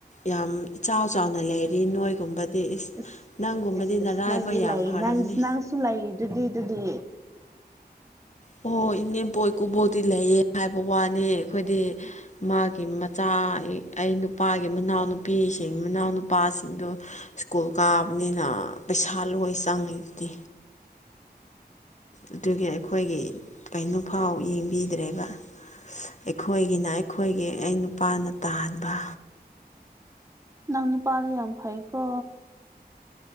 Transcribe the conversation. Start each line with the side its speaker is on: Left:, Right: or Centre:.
Left: ꯌꯥꯝ ꯏꯆꯥꯎ ꯆꯥꯎꯅ ꯂꯩꯔꯤ ꯅꯣꯏꯒꯨꯝꯕꯗꯤ
Right: ꯏꯁ
Left: ꯅꯪꯒꯨꯝꯕꯗꯤ
Right: ꯏꯁ
Left: ꯅꯔꯥꯏꯕꯛ
Right: ꯏꯁ ꯅꯪꯗꯤ
Left: ꯌꯥꯝ
Right: ꯂꯩꯥ
Left: ꯐꯔꯕꯅꯤ
Right: ꯅꯪꯗꯤ ꯅꯪꯁꯨ ꯂꯩꯗꯨꯗꯤ ꯑꯗꯨꯗꯤ
Left: ꯍꯣꯏ ꯏꯅꯦꯝꯄꯣꯏ ꯏꯀꯨꯕꯣꯛꯇꯤ ꯂꯩꯌꯦ ꯍꯥꯏꯕ ꯋꯥꯅꯤ ꯑꯩꯈꯣꯏꯗꯤ ꯃꯥꯒꯤ ꯃꯆꯥ ꯑꯩ ꯅꯨꯄꯥꯒꯤ ꯃꯅꯥꯎꯅꯨꯄꯤꯁꯤꯡ ꯃꯅꯥꯎ ꯅꯨꯄꯥꯁꯤꯡꯗꯨ ꯁ꯭ꯀꯨꯜ ꯀꯥꯕꯅꯤꯅ ꯄꯩꯁꯥ ꯂꯣꯏ ꯆꯪꯉꯤꯗꯨꯗꯤ ꯑꯗꯨꯒꯤ ꯑꯩꯈꯣꯏꯒꯤ ꯀꯩꯅꯣꯐꯥꯎ ꯌꯦꯡꯕꯤꯗ꯭ꯔꯦꯕ ꯑꯩꯈꯣꯏꯒꯤꯅ ꯑꯩꯈꯣꯏꯒꯤ ꯑꯩ ꯅꯨꯄꯥꯅ ꯇꯥꯟꯕ
Right: ꯅꯪ ꯅꯨꯄꯥꯗꯣ ꯌꯥꯝ ꯐꯩꯀꯣ